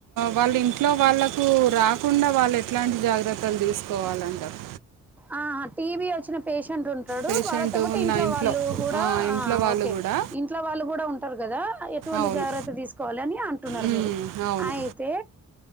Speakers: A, on the right; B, in the centre.
A: వాళ్ళ ఇంట్లో వాళ్ళకు రాకుండా వాళ్ళు ఎట్లాంటి జాగ్రత్తలు తీసుకోవాలంటారు.
B: ఆ టీవి వచ్చిన పేషెంట్ ఉంటాడు
A: పేషెంట్
B: వాళ్ళతో పాటు
A: ఉన్న
B: ఇంట్లో వాళ్ళు కూడా
A: ఆ, ఇంట్లో వాళ్ళు
B: ఓకే
A: కూడా
B: ఇంట్లో వాళ్ళు కూడా ఉం ఉంటారు కదా ఎటువంటి
A: అవును
B: జాగ్రత్త తీసుకోవాలని అంటున్నారు.
A: మ్మ్.
B: మీరు
A: అవును
B: అయితే